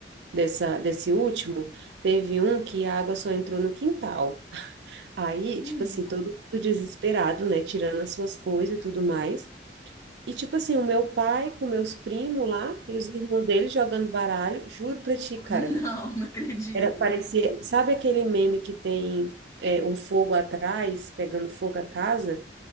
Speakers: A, on the right (about 75°); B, on the left (about 20°).
A: dessa, desse último, teve um que a água só entrou no quintal. Aí,
B: Hum.
A: tipo assim, todo mundo desesperado, né? Tirando as suas coisas e tudo mais. E, tipo assim, o meu pai com meus primos lá e os irmãos dele jogando baralho. Juro pra ti, cara.
B: Não, não acredito.
A: Era, parecia, sabe aquele meme que tem é, um fogo atrás, pegando fogo a casa,